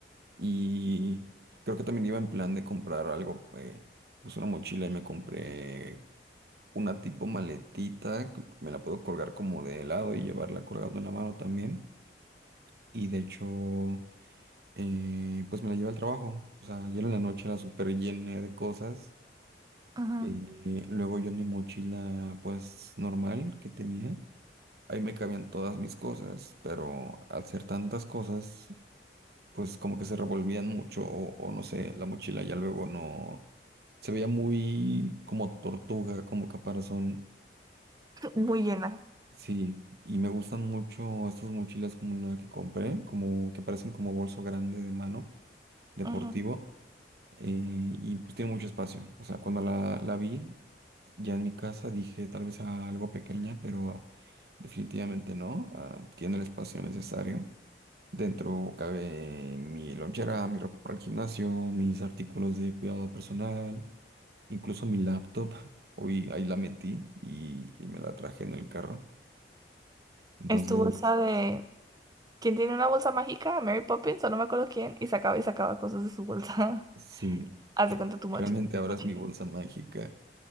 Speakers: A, on the right; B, on the right.
A: Y creo que también iba en plan de comprar algo, eh, pues una mochila y me compré una tipo maletita, que me la puedo colgar como de lado y llevarla colgando en la mano también. Y de hecho, eh, pues me la llevé al trabajo. O sea, ayer en la noche la super llené de cosas.
B: ujú,
A: Sí. Y luego yo en mi mochila, pues normal que tenía. Ahí me cabían todas mis cosas, pero al ser tantas cosas, pues como que se revolvían mucho o, o no sé, la mochila ya luego no... Se veía muy como tortuga, como caparazón.
B: <clears throat>
A: Y
B: muy llena.
A: sí, y me gustan mucho estas mochilas como la que compré, como que parecen como bolso grande de mano, deportivo
B: Ujú.
A: eh, y pues tiene mucho espacio. O sea, cuando la, la vi ya en mi casa dije tal vez a algo pequeña, pero definitivamente no. Ah, tiene el espacio necesario. Dentro cabe mi lonchera, mi ropa para el gimnasio, mis artículos de cuidado personal, incluso mi laptop. <laughs> Hoy ahí la metí y, y me la traje en el carro. Entonces,
B: Es tu bolsa de... ¿Quién tiene una bolsa mágica? Mary Poppins o no me acuerdo quién, y sacaba y sacaba cosas de su bolsa.
A: sí,
B: <laughs> Haz de cuenta tu mochi-
A: realmente ahora
B: mochila.
A: es mi bolsa mágica.